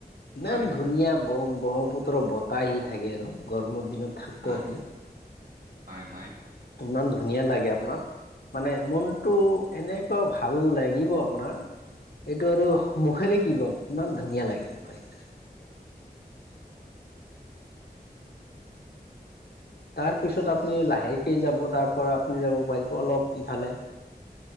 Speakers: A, on the left (about 75°); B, on the right (about 65°).
A: ইমান
B: হয়
A: ধুনীয়া ব ব্ৰহ্মপুত্ৰৰ বতাহ আহি থাকে আৰু গৰমৰ দিনত থাকিব
B: হয়।
A: আপুনি।
B: হয় হয়।
A: ইমান ধুনীয়া লাগে আপোনাক। মানে মনটো এনেকুৱা ভাল লাগিব আপোনাৰ! এইটো আৰু মুখেৰে কি ক'ম! ইমান ধুনীয়া লাগে হয়। <inaudible> তাৰপিছত আপুনি লাহেকে যাব তাৰ পৰা। আপুনি যাব পাৰিব অলপ ইফালে।